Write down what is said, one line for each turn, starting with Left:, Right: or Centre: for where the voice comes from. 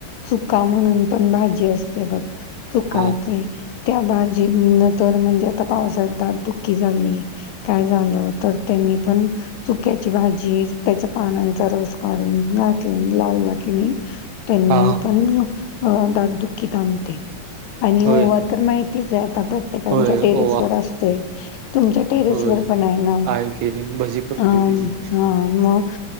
Left: चुका म्हणून पण भाजी असते बघ चुकाचे
Right: हा
Left: त्या भाजींना तर म्हणजे आता पावसाळ्यात दात दुःखी झाली काय झालं तर त्यांनी पण चुक्याची भाजी त्याच्या पानांचा रस काढून घात लावला की नाही त्यांनी
Right: हा
Left: पण म अ दात दुःखी थांबते आणि
Right: होय
Left: ओवा तर माहितीच आहे आता तर प्रत्येकाच्या
Right: होय
Left: टेरेस
Right: ओवा
Left: वर असतोय तुमच्या टेरेसवर
Right: होय.
Left: पण आहे ना
Right: आहे की भजी करतोय
Left: अम
Right: तिची
Left: हा मग